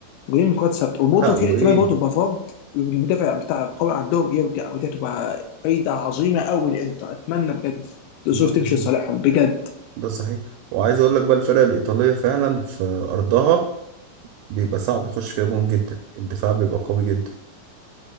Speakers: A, on the left; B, on the right.
A: جونين من كرات ثابته وبرضه
B: لا
A: في
B: وايه
A: احتمال برضه بافارد المدافع بتاع القوي عندهم يرجع ودي هتبقى فايده عظيمه قوي للانتر اتمنى بجد الظروف
B: ده
A: تمشي
B: صحيح
A: لصالحهم بجد
B: ده صحيح وعايز اقول لك بقى الفرق الايطاليه فعلا في ارضها بيبقى صعب يخش فيها جون جدا الدفاع بيبقى قوي جدا